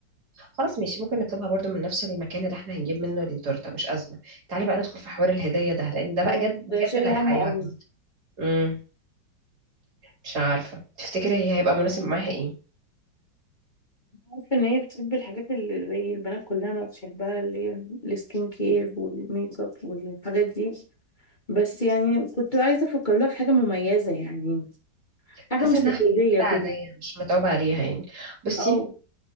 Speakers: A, on the right; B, on the left.
A: خلاص ماشي ممكن نطلبها برضو من نفس المكان اللي احنا هنجيب منه التورته مش ازمه تعالي بقى ندخل في حوار الهديه ده لان ده بقى
B: اه
A: جد بجد
B: ده شايل
A: اللي هيحيرنا
B: همه قوي
A: امم مش عارفه تفتكري هي هيبقى مناسب معاها ايه
B: عارفة ان هي بتحب الحاجات اللي زي البنات كلها ما بتحبها اللي هي السكين كير والميك اب والحاجات دي بس يعني كنت عايزة افكر لها في حاجة مميزة يعني حاجة
A: حاسه
B: مش
A: انها
B: تقليدية
A: حاجات كده
B: كده
A: عاديه مش متعوبه عليها يعني بصي
B: اه